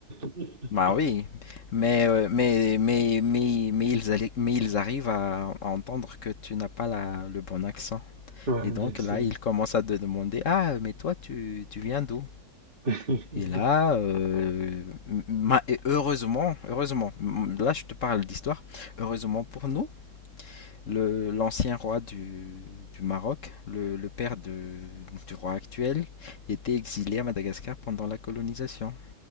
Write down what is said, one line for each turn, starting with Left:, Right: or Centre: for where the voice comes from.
Right: <laughs>
Left: Bah oui, mais, euh, mais, mais, mais, mais, ils, alli- mais ils arrivent à entendre que tu n'as pas la- le bon accent.
Right: Ouais,
Left: Et donc
Right: bien sûr.
Left: là, ils commencent à te demander, Ah, mais toi, tu, tu viens d'où?
Right: <laughs>
Left: Et là, euh, ma- et heureusement, heureusement, m- là je te parle d'histoire, heureusement pour nous, le- l'ancien roi du, du Maroc, le, le père de- du roi actuel, était exilé à Madagascar pendant la colonisation.